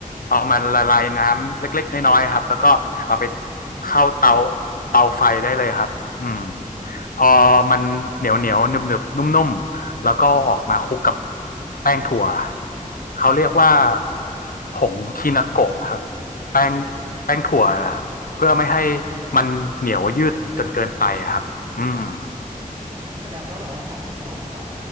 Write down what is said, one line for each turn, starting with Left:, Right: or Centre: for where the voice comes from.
Left: เอามาละลายน้ำเล็กๆน้อยๆครับแล้วก็เอาไป
Right: อืม
Left: เข้าเตาเตาไฟได้เลยครับอืมพอมันเหนียวเหนียวหนึบหนึบนุ่มๆแล้วก็ออกมาคลุกกับแป้งถั่ว
Right: อ๋อ
Left: เขาเรียกว่า ผงคินาโกะครับแป้ง
Right: โอ้โห
Left: แป้งถั่วเพื่อไม่ให้มันเหนียวยืดจนเกินไปครับอืม
Right: อืมแสดงว่าแบบว่าสัดส่วนของ